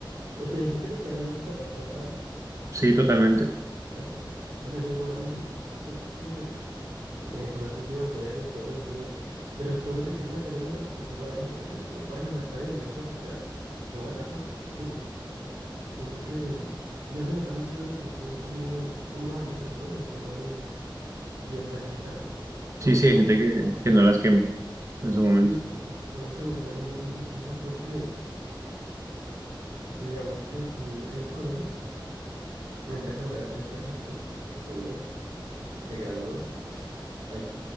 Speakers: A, on the right; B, on the right.
A: Porque hay gente que se queda en unas etapas todas raras,
B: Sí, sí, totalmente.
A: ¿sabes? O sea, yo digo, hay gente que eh, juega sus videojuegos todos los días, pero es todo lo que quieren hacer en la vida, con jugar y jugar. Y es como, parce, o sea, está bien, ya jugaste, ya quema la tapa y sigue. Siento que ya se nota mucho en el grupo como, como amigos, ¿no? El tema de quién va en qué etapa. Porque
B: Sí, sí,
A: antes,
B: hay gente que,
A: eh,
B: que no las quema en su momento.
A: sí, to- eh, todo se vuelve una línea muy difusa porque, digamos que tú en el colegio entras a una edad en específico, estudias, te gradúas, hay